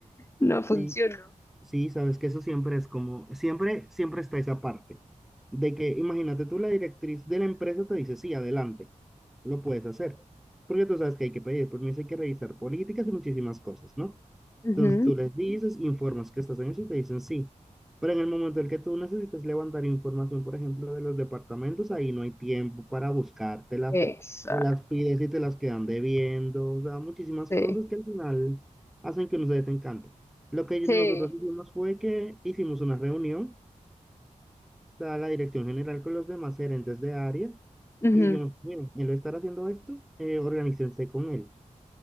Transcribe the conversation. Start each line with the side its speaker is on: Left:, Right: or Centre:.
Left: no funcionó.
Centre: Sí, sí, sabes que eso siempre es como, siempre, siempre está esa parte de que, imagínate tú, la directriz de la empresa te dice, sí, adelante, lo puedes hacer. Porque tú sabes que hay que pedir permiso, hay que revisar políticas y muchísimas cosas, ¿no?
Left: Ujú.
Centre: Entonces tú les dices, informas que estás en eso y te dicen sí. Pero en el momento en que tú necesitas levantar información, por ejemplo, de los departamentos, ahí no hay tiempo para buscártelas
Left: Exacto.
Centre: o las pides y te las quedan debiendo. O sea, muchísimas
Left: Sí.
Centre: cosas que al final hacen que no se desencante. Lo que
Left: Sí.
Centre: nosotros hicimos fue que hicimos una reunión, o sea, la dirección general con los demás gerentes de área
Left: Ujú.
Centre: y dijimos, miren, él va a estar haciendo esto, eh, organícense con él.